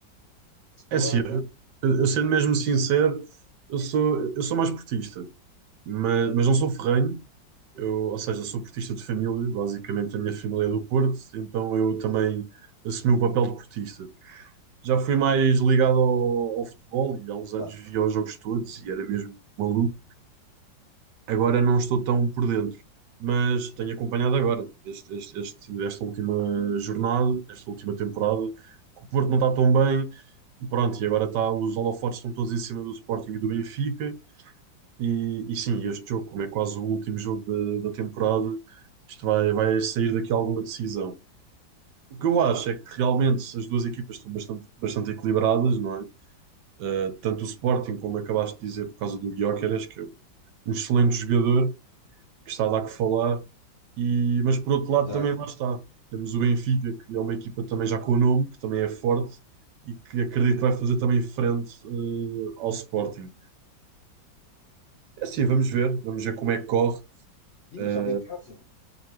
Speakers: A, on the left; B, on the right.
A: Sporting?
B: É assim, eu, eu sendo mesmo sincero, eu sou, eu sou mais portista, mas, mas não sou ferrenho, eu, ou seja, sou portista de família, basicamente a minha família é do Porto, então eu também assumi o papel de portista. Já fui mais ligado ao, ao futebol e há uns anos
A: Claro,
B: via os jogos todos e era mesmo maluco. Agora não estou tão por dentro, mas tenho acompanhado agora este- este- este- esta última jornada, esta última temporada, que o Porto não está tão bem e pronto, e agora está, os holofotes estão todos em cima do Sporting e do Benfica e, e sim, este jogo, como é quase o último jogo da, da temporada, isto vai, vai sair daqui alguma decisão. O que eu acho é que realmente as duas equipas estão bastante, bastante equilibradas, não é? Eh, tanto o Sporting, como acabaste de dizer, por causa do Gyökeres, que é um um excelente jogador, que está a dar que falar. E, mas por outro
A: exato.
B: lado também lá está. Temos o Benfica, que é uma equipa também já com o nome, que também é forte e que acredito que vai fazer também frente eh, ao Sporting. É assim, vamos ver, vamos ver como é que corre.
A: Sim,
B: eh,
A: joga em casa.